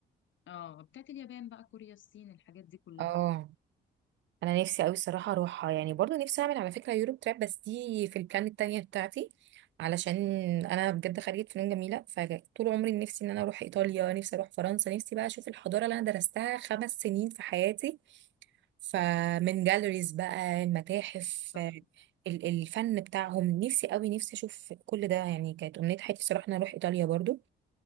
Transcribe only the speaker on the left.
اه بتاعت اليابان بقى كوريا الصين الحاجات دي كلها
صح